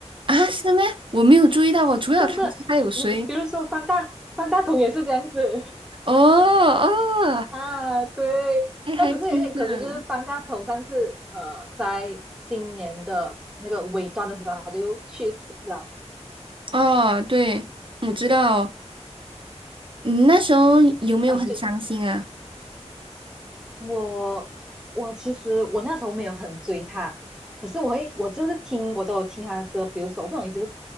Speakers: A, on the right; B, in the centre.
A: 啊，是吗？我没有注意到哦，我除了桃子还有谁？
B: 真的。那比如说方大方大同也是这样子
A: 哦哦，
B: 啊，对。
A: 哎，还真的
B: 那可是有点可惜，就是方大同上次呃在新年的那个尾端的时候他就去世了，
A: 哦，对，我知道哦。你那时候有没有很伤心啊？
B: 哎，就我我其实我那时候没有很追他，可是我会我就是听我都有听他的歌，比如说我不懂你知不